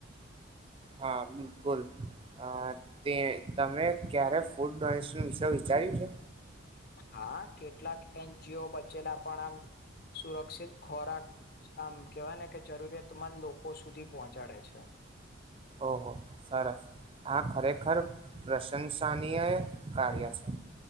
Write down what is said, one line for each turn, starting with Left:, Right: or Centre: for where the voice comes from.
Right: હા બિલકુલ અ તે તમે ક્યારે ફૂડ ડોનેશન વિષ વિચાર્યું છે.
Left: હા કેટલાક એનજીઓ બચેલા પણ આમ સુરક્ષિત ખોરાક આમ કેવાય ને કે જરૂરતમંદ લોકો સુધી પહોંચાડે છે.
Right: ઓહ સરસ આ ખરેખર પ્રશંસનીય કાર્ય છે.